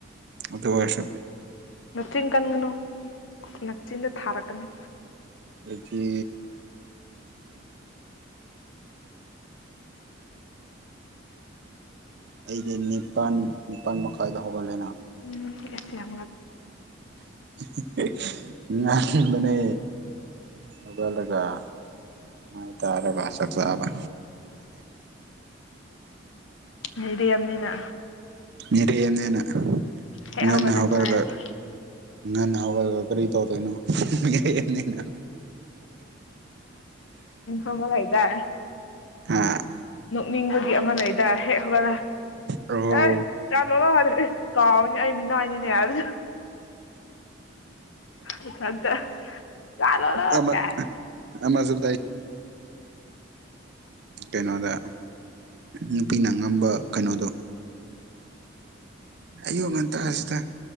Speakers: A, on the right (about 55°); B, on the left (about 75°).
A: ꯑꯗꯨꯗ ꯐꯁꯝ
B: ꯅꯛꯆꯤꯟ ꯀꯟꯒꯅꯨ ꯅꯛꯆꯤꯟꯗ ꯊꯥꯔꯛꯀꯅꯤ
A: ꯑꯗꯨꯗꯒꯤ ꯑꯩꯗꯤ ꯅꯤꯄꯜ ꯅꯤꯄꯜ ꯃꯈꯥꯏꯗ ꯍꯧꯒꯠꯂꯦꯅ
B: ꯎꯝꯁꯤ ꯍ
A: <inaudible> ꯃꯅꯤ ꯑꯣꯕꯂ ꯃꯥꯏ ꯇꯔꯦ ꯁꯛ ꯁꯥꯕ
B: ꯃꯤꯔꯤ ꯌꯥꯝꯅꯤꯅ
A: ꯌꯦꯔ ꯌꯦꯃꯤ ꯅꯦꯅ
B: ꯍꯦꯛ
A: ꯉꯅ
B: ꯍꯧꯒꯠꯂ
A: ꯍꯧꯒꯒ
B: ꯆꯥꯏꯌꯦꯕ
A: ꯉꯅ ꯍꯧꯒꯒ ꯀꯔꯤ ꯇꯧꯗꯅ ꯃꯤꯅ <inaudible>
B: ꯀꯣ ꯑꯃ ꯂꯩꯗꯥ
A: ꯍꯥ
B: ꯅꯣꯛꯅꯤꯡꯕꯒꯤ ꯑꯃ ꯂꯩ ꯍꯦꯒ
A: ꯑꯣ
B: ꯑꯦ ꯆꯂꯣ ꯂ ꯍꯔꯦ ꯀꯥꯎꯅꯤ ꯑ ꯃꯤꯅꯥꯏꯅꯤ ꯌꯥꯔ <unintelligible>
A: ꯑꯃ ꯑꯃꯁꯨ <unintelligible> ꯀꯩꯅꯣꯗ ꯅꯨꯄꯤꯅ ꯉꯝꯕ ꯀꯩꯅꯣꯗꯣ꯫ ꯑꯌꯨꯛ ꯉꯟ <unintelligible>